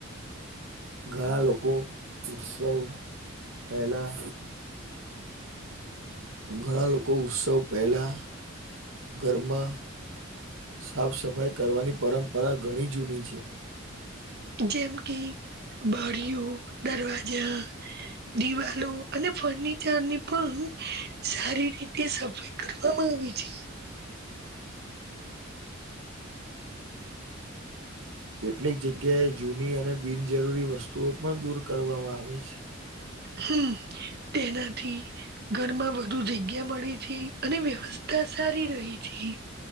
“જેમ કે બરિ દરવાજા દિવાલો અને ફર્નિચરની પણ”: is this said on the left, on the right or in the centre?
Right